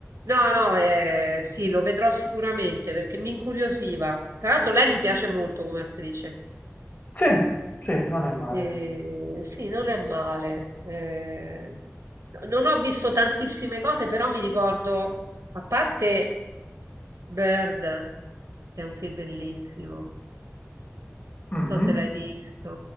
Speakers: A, on the right (about 75°); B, on the left (about 35°).
A: no, no, ehm, sì, lo vedrò sicuramente perché mi incuriosiva. Tra l'altro lei mi piace molto come attrice.
B: Sì, sì, non è male.
A: Ehm, sì, non è male. Ehm, no non ho visto tantissime cose, però mi ricordo, a parte Bird, che è un film bellissimo.
B: Mhm.
A: So se l'hai visto.